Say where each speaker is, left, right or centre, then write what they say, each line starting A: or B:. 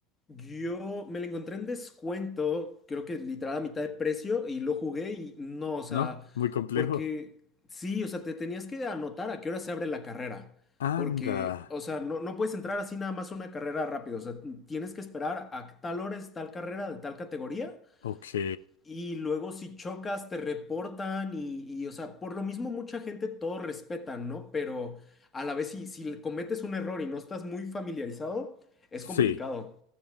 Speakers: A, on the left (about 25°); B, on the left (about 90°).
A: Yo me lo encontré en descuento, creo que literal a mitad de precio, y lo jugué y no, o sea,
B: ¿No? Muy complejo.
A: porque sí, o sea, te tenías que anotar a qué hora se abre la carrera, porque,
B: Anda.
A: o sea, no, no puedes entrar así nada más a una carrera rápido, o sea, tienes que esperar a tal hora es tal carrera de tal categoría,
B: Ok.
A: y luego si chocas te reportan y, y, o sea, por lo mismo mucha gente todo respeta, ¿no? Pero a la vez si, si cometes un error y no estás muy familiarizado, es
B: Sí.
A: complicado.